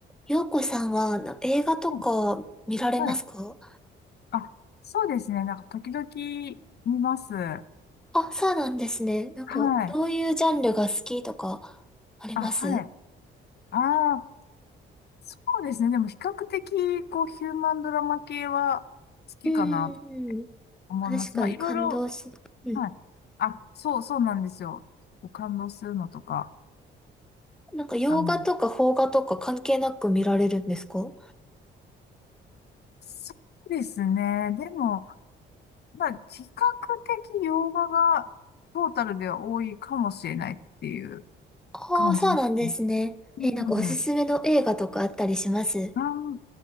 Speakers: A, in the centre; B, on the left.
A: 洋子さんはな映画とか見られますか
B: うんはい。あ、そうですね。なんか、時々見ます。は
A: あ、そうなんですね。なんか、
B: い。
A: どういうジャンルが好きとか、あります
B: あ、はい。ああ、そうですね。でも、比較的、こう、ヒューマンドラマ系は好きかなと
A: うんうんうん。
B: 思います。
A: 確かに感動する。
B: まあ、いろいろ、
A: うん。
B: はい。あ、そう、そうなんですよ。こう感動するのとか。
A: なんか、洋画とか邦画とか関係なく見られるんですか
B: あの、そうですね。でも、まあ、比較的洋画がトータルでは多いかもしれないっていう
A: ああそうなんですね。
B: 感じ。う
A: え、なんかおすすめの映画とかあったりします
B: ん。あー